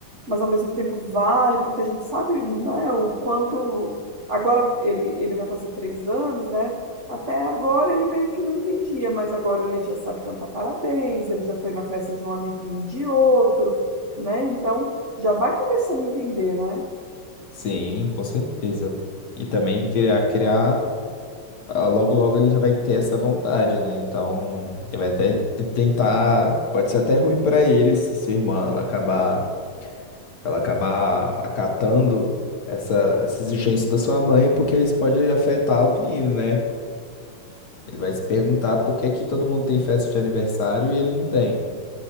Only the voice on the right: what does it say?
mas ao mesmo tempo vale, porque a gente sabe, né, o quanto. Agora ele, ele vai fazer três anos, né? Até agora ele meio que não entendia, mas agora ele já sabe cantar parabéns, ele já foi na festa de um amiguinho de outro, né? Então já vai começando a entender, né?